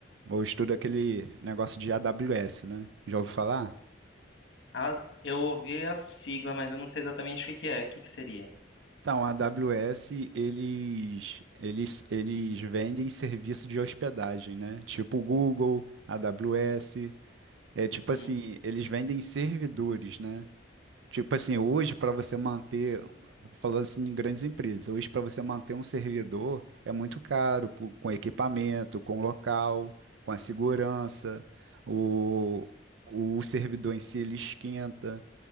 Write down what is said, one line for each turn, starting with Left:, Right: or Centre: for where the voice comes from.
Right: Ou estudo aquele negócio de AWS, né? Já ouviu falar?
Left: Ah, eu ouvi a sigla, mas eu não sei exatamente o que que é. O que que seria?
Right: Então, a AWS, eles, eles, eles vendem serviço de hospedagem, né? Tipo Google, AWS. É tipo
Left: Hum,
Right: assim, eles vendem servidores, né? Tipo assim, hoje para você manter, falando assim em grandes empresas, hoje para você manter um servidor é muito caro, pô, com equipamento, com local, com a segurança, o, o servidor em si ele esquenta.